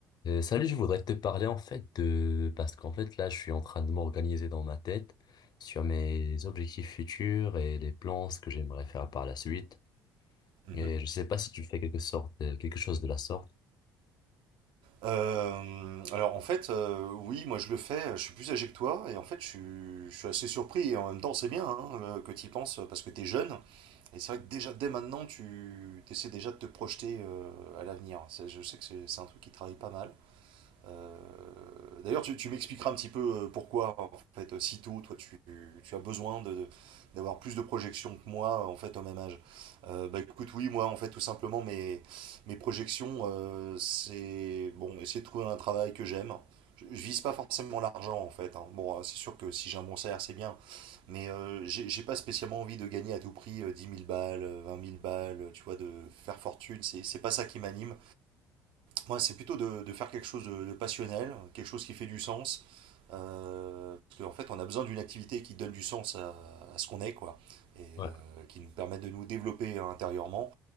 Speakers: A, on the left; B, on the right.
A: Euh, salut, je voudrais te parler en fait de... Parce qu'en fait là, je suis en train de m'organiser dans ma tête sur mes objectifs futurs et les plans, ce que j'aimerais faire par la suite.
B: Mhm.
A: Et je sais pas si tu fais quelque sorte, euh, quelque chose de la sorte.
B: Euh, alors en fait, euh, oui, moi je le fais, je suis plus âgé que toi, et en fait je suis, je suis assez surpris, et en même temps c'est bien hein, euh, que tu y penses, parce que tu es jeune, et c'est vrai que déjà dès maintenant tu essaies déjà de te projeter euh, à l'avenir. C'est- Je sais que c'est c'est un truc qui travaille pas mal. Euh, D'ailleurs, tu, tu m'expliqueras un petit peu euh, pourquoi, en fait, euh, si tôt, toi, tu, tu as besoin de, d'avoir plus de projections que moi, euh, en fait, au même âge. Euh, bah écoute, oui, moi, en fait, tout simplement, mes, mes projections, euh, c'est, bon, essayer de trouver un travail que j'aime. Je, je vise pas forcément l'argent, en fait. hein. Bon, euh, c'est sûr que si j'ai un bon salaire, c'est bien. Mais euh, j'ai j'ai pas spécialement envie de gagner à tout prix euh, 10 000 balles, euh, 20 000 balles, euh, tu vois, de faire fortune. C'est c'est pas ça qui m'anime. Moi, c'est plutôt de, de faire quelque chose de, de passionnel, quelque chose qui fait du sens. Euh, parce qu'en fait, on a besoin d'une activité qui donne du sens à, à ce qu'on est, quoi, et euh,
A: Ouais.
B: qui nous permet de nous développer euh, intérieurement.